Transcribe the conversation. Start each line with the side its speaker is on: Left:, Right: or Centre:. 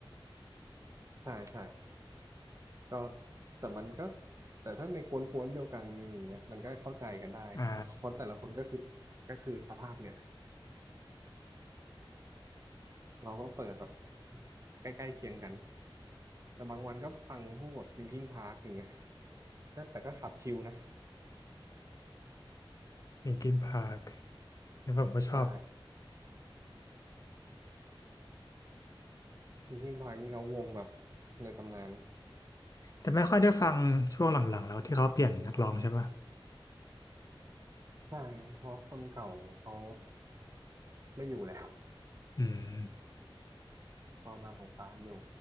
Right: ใช่ใช่ก็แต่มันก็แต่ถ้าในกวนๆเดียวกันอย่างเนี่ยมันก็เข้าใจกันได้
Left: <laughs> อ่า
Right: เพราะแต่ละคนก็คือก็คือสภาพเนี่ยเราก็เปิดแบบใกล้ๆเคียงกันแต่บางวันก็ฟังพวกแบบ Linkin Park อย่างเงี้ยก็แต่ก็ขับชิลนะ
Left: เป็นกินพาร์คผมก็ชอบ
Right: ใช่ Linkin Park นี่เขาวงแบบในตำนาน
Left: แต่ไม่ค่อยได้ฟังช่วงหลังๆแล้วที่เขาเปลี่ยนนักร้องใช่ปะ
Right: ใช่ เพราะคนเก่าเขาไม่อยู่แล้ว
Left: อืม
Right: <laughs> พอมาของฟ้านอยู่